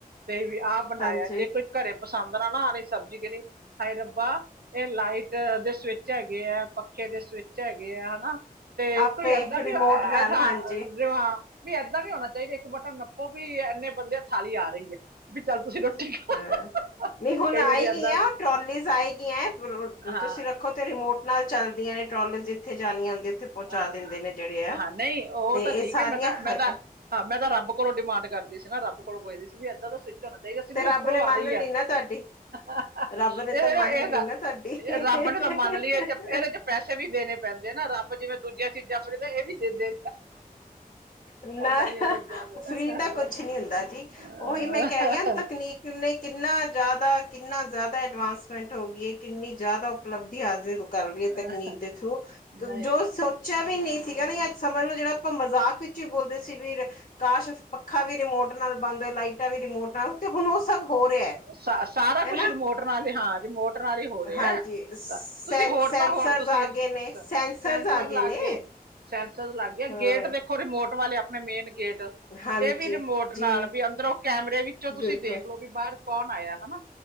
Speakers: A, on the right (about 80°); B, on the left (about 50°).
A: ਤੇ ਵੀ ਆਹ ਬਣਾਇਆ।
B: ਹਾਂਜੀ
A: ਜੇ ਕੁਝ ਘਰੇ ਪਸੰਦ ਨਾ- ਨਾ ਆਵੇ ਸਬਜ਼ੀ ਕਿਹੜੀ ਹਾਏ ਰੱਬਾ ਇਹ ਲਾਈਟ ਦੇ ਸਵਿੱਚ ਹੈਗੇ ਹੈ। ਪੱਖੇ ਦੇ ਸਵਿੱਚ ਹੈਗੇ ਆ ਹਨਾ ਤੇ
B: ਆਪੇ
A: ਕੋਈ ਏਦਾਂ
B: ਰਿਮੋਟ
A: ਵੀ ਅਹ
B: ਨਾਲ
A: ਹਾ।
B: ਹਾਂਜੀ
A: ਵੀ ਏਦਾਂ ਵੀ ਹੋਣਾ ਚਾਹੀਦਾ ਹੈ। ਇੱਕ ਬਟਨ ਨੱਪੋ ਵੀ ਇੰਨੇ ਬੰਦੇ ਥਾਲੀ ਆ ਰਹੀ ਹੈ ਵੀ ਚੱਲ ਤੁਸੀਂ ਰੋਟੀ ਖਾਓ
B: ਹਾਂ। ਨਹੀਂ ਹੁਣ
A: ਕਈ
B: ਆਏ
A: ਵਾਰੀ
B: ਗੀਆ
A: ਏਦਾਂ
B: ਉਹ ਟਰੋਲੀਜ਼ ਆਏ ਗੀਆਂ
A: ਹਾਂ
B: ਤੁਸੀਂ ਰੱਖੋ ਤੇ ਰਿਮੋਟ ਨਾਲ ਚਲਦੀਆਂ ਨੇ। ਟਰੋਲੀਜ ਜਿੱਥੇ ਜਾਣੀਆਂ ਹੁੰਦੀਆਂ ਉੱਥੇ ਪਹੁੰਚਾ
A: ਹਾਂ,
B: ਦਿੰਦੇ ਨੇ ਜਿਹੜੇ ਆ
A: ਹਾਂ ਨਹੀਂ ਉਹ
B: ਤੇ
A: ਤਾਂ
B: ਇਹ
A: ਠੀਕ
B: ਸਾਰੀਆਂ
A: ਹੈ ਮੈਂ ਤਾਂ
B: ਹੈਗੇ।
A: ਮੈਂ ਤਾਂ ਹਾਂ ਮੈਂ ਤਾਂ ਰੱਬ ਕੋਲ ਡਿਮਾਂਡ ਕਰਦੀ ਸੀ ਨਾ ਰੱਬ ਕੋਲੋਂ ਪੁੱਛਦੀ ਸੀ ਵੀ ਇੱਦਾਂ ਦਾ ਸਵਿੱਚ ਹੋਣਾ ਚਾਹੀਦਾ ਸੀ
B: ਤੇ
A: ਸਿੱਧੀ
B: ਰੱਬ
A: ਉੱਪਰੋਂ
B: ਨੇ
A: ਆ
B: ਮੰਨ
A: ਰਹੀ ਹੈ
B: ਲਈ ਨਾ ਤੁਹਾਡੀ
A: <inaudible>
B: ਰੱਬ ਨੇ
A: ਇਹ ਇਹਦਾ
B: ਤਾਂ ਮੰਨ ਲਈ ਨਾ ਤੁਹਾਡੀ
A: ਰੱਬ ਬਟ ਇਹਦਾ ਮੰਨ ਲਈਏ ਇਹਦੇ 'ਚ ਪੈਸੇ ਵੀ ਦੇਣੇ ਪੈਂਦੇ ਆ ਨਾ ਰੱਬ ਜਿਵੇਂ ਦੂਜੀਆਂ ਚੀਜ਼ਾਂ ਆਪਾਂ ਨੂੰ ਦਿੰਦਾ ਇਹ ਵੀ ਦਿੰਦੇ
B: ਨਾ
A: ਇਦਾਂ ਦੀ <inaudible> ਚੀਜ਼ਾਂ ਦੇ
B: ਫ੍ਰਰੀ ਤਾਂ ਕੁਛ ਨੀ ਹੁੰਦਾ ਜੀ।
A: <inaudible>
B: ਉਹੀ ਮੈਂ ਕਹਿ ਰਹੀ ਹਾਂ ਤਕਨੀਕ ਨੇ ਕਿੰਨਾ ਜ਼ਿਆਦਾ ਕਿੰਨਾ ਜ਼ਿਆਦਾ ਐਡਵਾਂਸਮੈਂਟ ਹੋ ਗਈ ਹੈ ਕਿੰਨੀ ਜ਼ਿਆਦਾ ਉਪਲਬਧੀ ਹਾਜ਼ਰ ਹੋ ਕਰ ਰਹੀ ਹੈ
A: ਅਹ
B: ਤਕਨੀਕ ਦੇ ਥਰੂ
A: ਨਹੀਂ
B: ਜੋ ਸੋਚਿਆ ਵੀ ਨਹੀਂ ਸੀਗਾ ਨਹੀਂ ਅੱਜ ਸਮਝ ਲੋ ਜਿਹੜਾ ਆਪਾਂ ਮਜ਼ਾਕ ਵਿੱਚ ਹੀ ਬੋਲਦੇ ਸੀ ਵੀ ਕਾਸ਼ ਅੱਖਾਂ ਵੀ ਰਿਮੋਟ ਨਾਲ ਬੰਨਦਾ ਹੈ ਲਾਈਟਾਂ ਵੀ ਰਿਮੋਟ ਨਾਲ ਤੇ ਹੁਣ ਉਹ ਸਭ ਹੋ ਰਿਹਾ ਹੈ।
A: ਉਹ ਸ ਸਾਰਾ ਕੁਛ
B: ਹਨਾ
A: ਰਿਮੋਟ ਨਾਲ ਹੀ ਹਾਂ ਰਿਮੋਟ ਨਾਲ ਹੀ ਹੋ ਰਿਹਾ
B: ਹਾਂਜੀ
A: ਹੈ
B: ਸੈਂ
A: ਤੁਸੀਂ ਹੋਰ
B: ਸੈਂਸਰਸ
A: ਤਾਂ ਹੋਰ ਦੱਸੋ। ਫੇਰ
B: ਆ ਗਏ ਨੇ ਸੈਂਸਰਸ
A: ਸੈਂਸਰ
B: ਆ
A: ਲਾਗੇ
B: ਨੇ
A: ਗਏ ਸੈਂਸਰ ਲਾਗੇ
B: ਹਾਂ
A: ਗਏ। ਗੇਟ ਦੇਖੋ ਰਿਮੋਟ ਵਾਲੇ ਆਪਣੇ ਮੇਨ ਗੇਟ ਤੇ
B: ਹਾਂਜੀ
A: ਇਹ ਵੀ ਰਿਮੋਟ
B: ਜੀ
A: ਨਾਲ ਵੀ ਅੰਦਰੋਂ ਕੈਮਰੇ ਵਿੱਚੋਂ ਤੁਸੀਂ
B: ਬਿਲਕੁਲ
A: ਦੇਖਲੋ ਵੀ ਬਾਹਰ ਬਾਹਰ ਕੌਣ ਆਇਆ ਹਨਾ